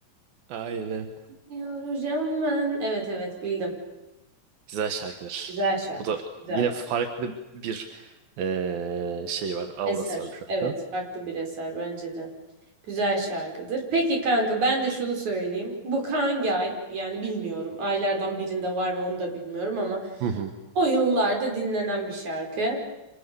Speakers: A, on the right; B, on the right.
A: Aynen.
B: yoracağım ben. Evet evet bildim.
A: Güzel şarkıdır.
B: Güzel şarkı.
A: Bu da
B: Güzel.
A: yine farklı bir eee, şey var. Aurası
B: Eser.
A: var bu şarkının.
B: Evet farklı bir eser bence de. Güzel şarkıdır. Peki kanka ben de şunu söyleyeyim. Bu hangi ay? Yani bilmiyorum. Aylardan birinde var mı onu da bilmiyorum ama
A: Hı hı,
B: o yıllarda dinlenen bir şarkı.